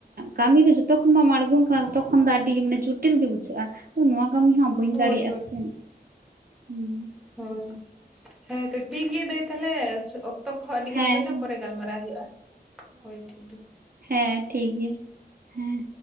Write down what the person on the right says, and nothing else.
ᱠᱟᱹᱢᱤ ᱫᱚ ᱡᱚᱛᱚᱠᱷᱚᱱ ᱵᱟᱢ ᱟᱬᱜᱚᱱ ᱠᱟᱱᱟ ᱛᱚᱠᱷᱚᱱ ᱫᱚ ᱟᱹᱰᱤ ᱟᱱᱮ ᱡᱚᱴᱤᱞ ᱜᱮ ᱵᱩᱡᱷᱟᱹᱜᱼᱟ ᱱᱚᱣᱟ ᱠᱟᱹᱢᱤ ᱦᱚᱸ᱾ ᱵᱟᱹᱧ
ᱫᱟᱲᱮᱭᱟᱜᱼᱟ ᱥᱮ ᱪᱮᱫ ᱦᱩᱸ
ᱦᱮᱸ
ᱦᱮᱸ ᱴᱷᱤᱠ ᱜᱮᱭᱟ ᱦᱮᱸ